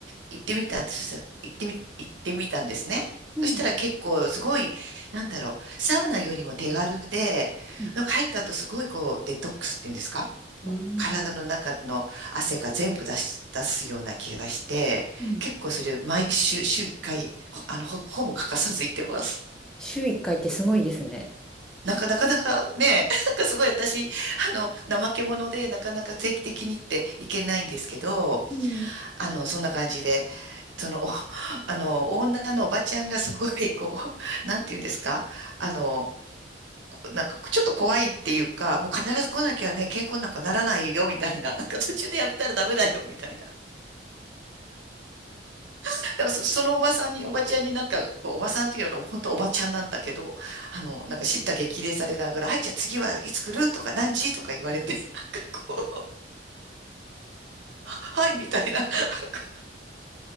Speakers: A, on the right; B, in the centre.
A: 行ってみたんです。そしたら行ってみ、行ってみたんですね。
B: うん
A: そしたら結構すごい、なんだろう、サウナよりも手軽で、
B: うん
A: なんか入った後すごいこうデトックスっていうんですかこう体の中の汗が全部出し、
B: うん
A: 出すような気がして、
B: うん
A: 結構それ毎週、週1回、ほあの、ほ、ほぼ欠かさず行ってます。
B: 週1回ってすごいですね。
A: なんかなかなかね、<laughs> なんかすごい私、あの、怠け者でなかなか定期的にっていけないんですけど、
B: うん
A: あの、そんな感じで、その、お、<laughs> あの、オーナーのおばちゃんがすごい、こう、<laughs> なんていうんですか、あの、なんか、ちょっと怖いっていうか、もう必ず来なきゃね、健康なんかならないよ、みたいな。<laughs> なんか途中でやめたらダメだよ、みたいな。<laughs> だからそ、そのおばさんに、おばちゃんになんか、こうおばさんっていうのは本当おばちゃんなんだけど、あの、なんか叱咤激励されながら、はい、じゃあ次はいつ来るとか、何時とか言われて、<laughs> なんかこう、はい、みたいな。<laughs>